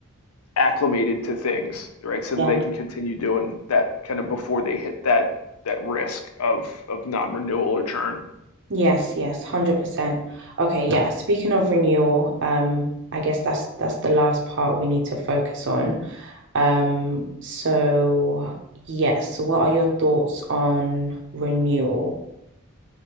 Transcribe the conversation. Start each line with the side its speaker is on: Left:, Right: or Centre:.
Left: acclimated to things, right? So
Right: Yeah.
Left: that they can continue doing that kind of before they hit that that risk of of non-renewal or churn.
Right: Yes, yes, 100%. Okay, yeah. Speaking of renewal, um, I guess that's that's the last part we need to focus on. Um, so yes, what are your thoughts on renewal?